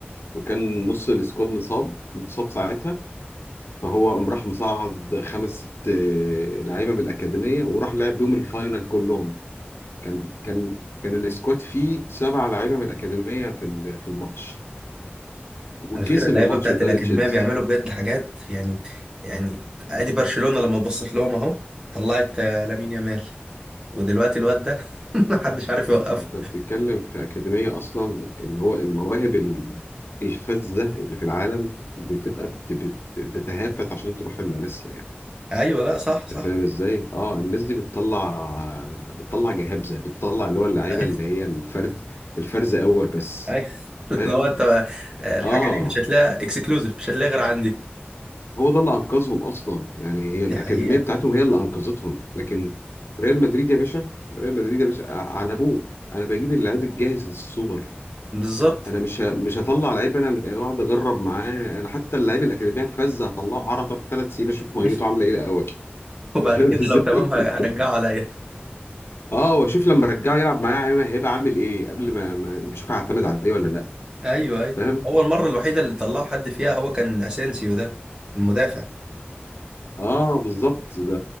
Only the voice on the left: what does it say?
وكان نص السكواد مصاب متصاب ساعتها فهو قام راح مصعد خمس ست لعيبه من الاكاديميه وراح لعب بيهم الفاينل كلهم كان كان كان السكواد فيه سبع لعيبه من الاكاديميه في ال- في الماتش وكسب
الماتش
قدام
تشيلسي
لا،
انت بتتكلم في اكاديميه اصلا اللي هو المواهب ال- الفذه اللي في العالم بتبقى بت- بت- بتتهافت عشان تروح اللاماسيا يعني
انت
فاهم ازاي؟ اه الناس دي بتطلع بتطلع جهابزه بتطلع اللي هو اللعيبه
اللي هي الفرز الفرز اول بس
فاهم؟
اه
هو ده اللي انقذهم اصلا يعني هي الاكاديميه
بتاعتهم هي اللي انقذتهم لكن ريال مدريد يا باشا ريال مدريد يا باشا ع- على ابوه انا بجيب اللعيب الجاهز السوبر
انا مش ه- مش هطلع لعيب انا مك- اقعد اجرب معاه انا حتى اللعيب الاكاديميه الفذ هطلعه عرضه ثلاث سنين اشوف
ميته عامله ايه الاول <laughs>
أنت فاهم
ازاي؟
<laughs>
اه واشوف لما ارجعه يلعب معايا أيوه هيبقى عامل ايه قبل ما ما ما اشوف هعتمد عليه ولا لا
فاهم؟
اه بالظبط ده